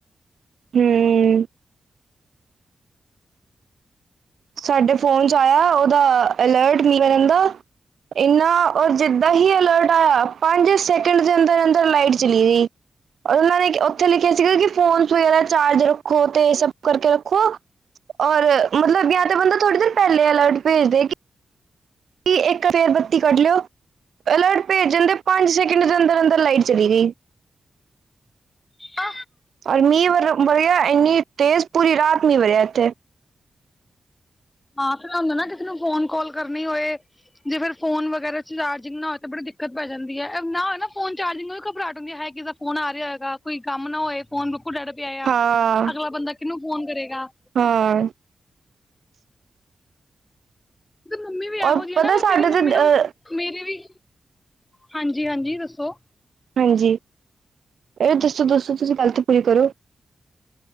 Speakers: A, on the right; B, on the left.
A: ਹੂੰ। ਸਾਡੇ ਫੋਨ 'ਚ ਆਇਆ ਉਹਦਾ ਅਲਰਟ ਮੀਂਂਹ ਵਰਨ ਦਾ। ਇੰਨਾ ਔਰ ਜਿੱਦਾਂ ਹੀ ਅਲਰਟ ਆਇਆ ਪੰਜ ਸ ਟ ਦੇ ਅੰਦਰ-ਅੰਦਰ ਲਾਈਟ ਚਲੀ ਗਈ ਔਰ ਉਹਨਾਂ ਨੇ ਉੱਥੇ ਲਿਖਿਆ ਸੀਗਾ ਕਿ ਫੋਨ ਸ ਵਗੈਰਾ ਚਾਰਜ ਰੱਖੋ ਤੇ ਇਹ ਸਭ ਕਰਕੇ ਰੱਖੋ ਔਰ ਮਤਲਬ ਯ ਬੰਦਾ ਥੋੜੀ ਦੇਰ ਪਹਿਲੇ ਅਲਰਟ ਭੇਜਦੇ ਕਿ ਕੀ ਇੱਕ ਫਿਰ ਬੱਤੀ ਕੱਢ ਲਿਓ। ਅਲਰਟ ਭੇਜਣ ਦੇ ਪੰਜ ਸੈਕਿੰਡ ਦੇ ਅੰਦਰ- ਅੰਦਰ ਲਾਈਟ ਚਲੀ ਗਈ।
B: ਆ
A: ਔਰ ਮੀਂਹ ਵਰ ਵਧਿਆ ਇੰਨੀ ਤੇਜ਼ ਪੂਰੀ ਰਾਤ ਮੀਂਹ ਵਰਿਆ ਇੱਥੇ।
B: ਹਾਂ ਫਿਰ ਐ ਹੁੰਦਾ ਨਾ ਕਿਸੇ ਨੂੰ ਫੋਨ ਕਾਲ ਕਰਨੀ ਹੋਏ। ਜੇ ਫਿਰ ਫੋਨ ਵਗੈਰਾ ਚਾਰਜਿੰਗ ਨਾ ਹੋਏ ਤਾਂ ਬੜੀ ਦਿੱਕਤ ਪੈ ਜਾਂਦੀ ਐ ਨਾ ਨਾ ਫੋਨ ਚਾਰਜਿੰਗ ਉਹ ਵੀ ਘਬਰਾਟ ਹੁੰਦੀ ਹਾਏ ਕਿਸੇ ਦਾ ਫੋਨ ਆ ਰਿਹਾ ਹੋਏਗਾ ਕੋਈ ਕੰਮ ਨਾ ਹੋਏ ਫੋਨ ਬਿਲਕੁਲ ਡੈਡ ਪਿਆ ਆ
A: ਹਾਂ
B: ਅਗਲਾ ਬੰਦਾ ਕਿਹਨੂੰ ਫੋਨ ਕਰੇਗਾ।
A: ਹਾਂ।
B: ਮੰਮੀ ਵੀ ਇਹੋ
A: ਔਰ
B: ਜੀ ਆ
A: ਪਤਾ
B: ਨਾ ਅਗਰ
A: ਸਾਡੇ
B: ਮੇਰੀ ਮੰਮੀ
A: ਤੇ
B: ਨੂੰ।
A: ਅ
B: ਮੇਰੇ ਵੀ ਹਾਂਜੀ ਹਾਂਜੀ ਦੱਸੋ।
A: ਹਾਂਜੀ ਏ ਦੱਸੋ ਦੱਸੋ ਤੁਸੀਂ ਗੱਲ ਤਾਂ ਪੂਰੀ ਕਰੋ।